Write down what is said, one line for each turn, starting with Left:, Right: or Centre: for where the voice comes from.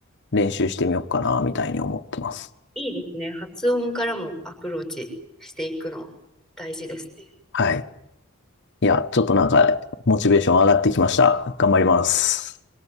Left: 練習してみようかな、みたいに思ってます。
Centre: いいですね。発音からもアプローチしていくの大事ですね。
Left: はい。いや、ちょっとなんかモチベーション上がってきました。頑張ります。